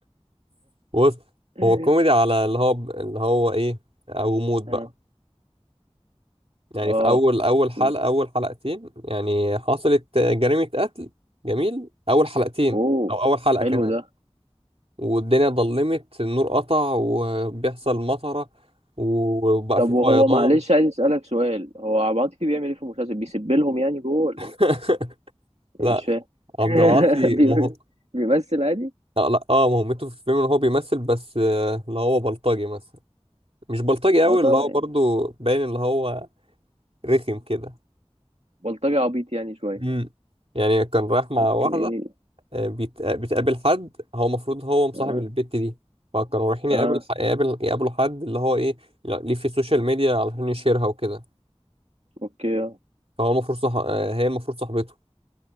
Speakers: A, on the right; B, on the right.
A: <laughs> بص
B: <laughs>
A: هو كوميدي على اللي هو اللي هو ايه او مود
B: اه
A: بقى يعني
B: آه،
A: في اول اول
B: اوكي
A: حلقه اول حلقتين يعني حصلت جريمه قتل جميل اول حلقتين
B: اوه
A: او اول حلقه
B: حلو
A: كمان
B: ده
A: والدنيا ضلمت النور قطع وبيحصل مطره وبقى
B: طب
A: في
B: وهو
A: فيضان
B: معلش عايز اسالك سؤال هو عبعاطي بيعمل ايه في المسلسل بيسب لهم يعني جوه ولا
A: <laughs>
B: ايه يعني
A: لا
B: مش فاهم
A: عبد العاطي
B: <laughs> بي-
A: مه...
B: بيمثل عادي
A: لا, لا اه مهمته في الفيلم ان هو بيمثل بس آه، اللي هو بلطجي مثلا مش بلطجي قوي
B: اه طبعا
A: اللي هو
B: يعني
A: برضو باين اللي هو رخم كده
B: بلطجي عبيط يعني شويه
A: امم يعني كان رايح مع
B: اوكي
A: واحده آه، بيت- آه، بتقابل حد هو المفروض هو مصاحب
B: اه
A: البت دي فكانوا رايحين
B: اه
A: يقابل ح- يقابل يقابلوا حد اللي هو ايه لا- ليه في السوشيال ميديا علشان يشيرها وكده
B: اوكي اه
A: فهو المفروض صح... آه، هي المفروض صاحبته